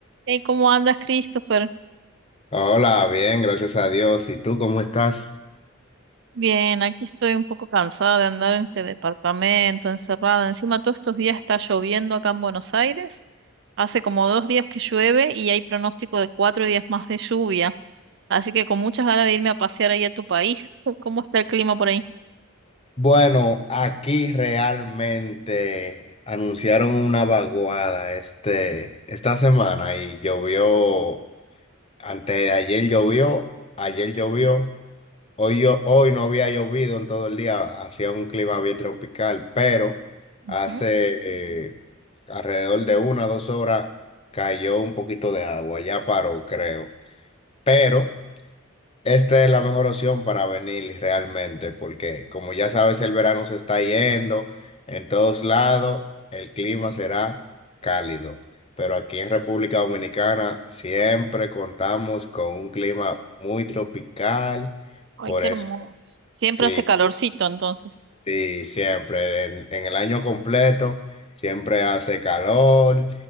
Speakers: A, on the right; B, on the left.
A: Hey, ¿cómo andas, Christopher?
B: Hola, bien, gracias a Dios. ¿Y tú cómo estás?
A: Bien, aquí estoy un poco cansada de andar en este departamento, encerrada. Encima, todos estos días está lloviendo acá en Buenos Aires. Hace como dos días que llueve y hay pronóstico de cuatro días más de lluvia. Así que con muchas ganas de irme a pasear ahí a tu país. <laughs> ¿Cómo está el clima por ahí?
B: Bueno, aquí realmente anunciaron una vaguada este, esta semana y llovió, antes de ayer llovió, ayer llovió, hoy, yo, hoy no había llovido en todo el día, hacía un clima bien tropical, pero hace
A: Ujú.
B: eh, alrededor de una o dos horas cayó un poquito de agua, ya paró, creo. Pero... Esta es la mejor opción para venir realmente, porque como ya sabes, el verano se está yendo, en todos lados el clima será cálido, pero aquí en República Dominicana siempre contamos con un clima muy tropical,
A: Ay,
B: por
A: qué
B: eso,
A: hermoso. Siempre
B: sí,
A: hace calorcito, entonces.
B: Sí, siempre, en, en el año completo, siempre hace calor.